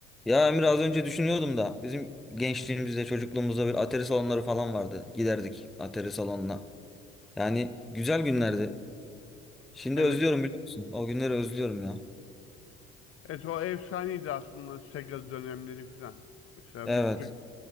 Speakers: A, in the centre; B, on the left.
A: Ya Emir az önce düşünüyordum da bizim gençliğimizde çocukluğumuzda bir atari salonları falan vardı. Giderdik atari salonuna. Yani güzel günlerdi. Şimdi
B: Evet.
A: özlüyorum biliyor musun? O günleri özlüyorum ya.
B: Evet o efsaneydi aslında Sega dönemleri falan. Mesela
A: Evet.
B: biz ço-